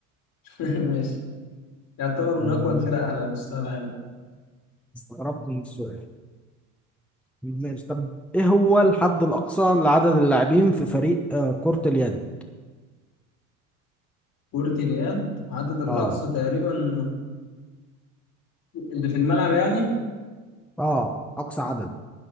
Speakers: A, on the left (about 50°); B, in the centre.
A: <laughs> ماشي يعتبر
B: أنا
A: من أقوى الفرق
B: أنا
A: على مستوى العالم
B: استغربت من السؤال ماشي طب إيه هو الحد الأقصى لعدد اللاعبين في فريق آه، كرة اليد؟
A: كرة اليد عدد الأقصى
B: آه
A: تقريبا اللي في الملعب يعني
B: آه أقصى عدد